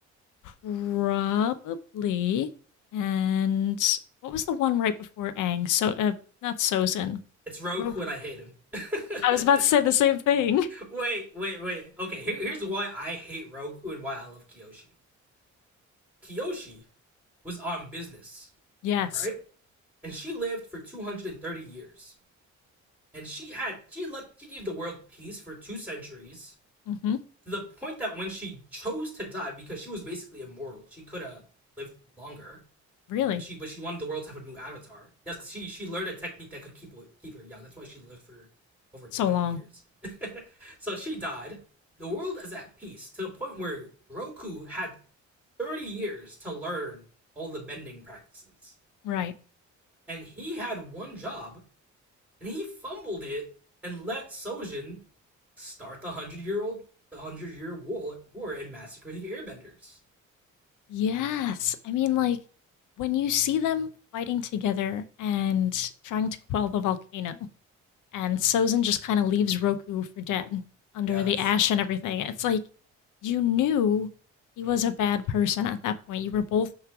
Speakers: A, on the left; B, in the centre.
A: Probably. And what was the one right before Aang? So, uh, not Sozin.
B: It's Roku
A: Roku.
B: and I hate him. <laughs>
A: I was about to say the same thing. <laughs>
B: wait, wait, wait. Okay, here, here's why I hate Roku and why I love Kyoshi. Kiyoshi was on business,
A: Yes.
B: right? And she lived for 230 years. And she had she let she gave the world peace for two centuries
A: hmm
B: to the point that when she chose to die because she was basically immortal, she could have lived longer.
A: Really?
B: But she but she wanted the world to have a new avatar. Yes, because she she learned a technique that could keep keep her young. That's why she lived for over 200
A: So long.
B: years. <laughs> so she died. The world is at peace to the point where Roku had 30 years to learn all the bending practices.
A: Right.
B: and he had one job, and he fumbled it and let Sojin start the hundred year old the hundred year war war and massacre the airbenders.
A: Yes. I mean, like, when you see them fighting together and trying to quell the volcano, and Sozin just kind of leaves Roku for dead under
B: Yes.
A: the ash and everything. It's like you knew he was a bad person at that point. You were both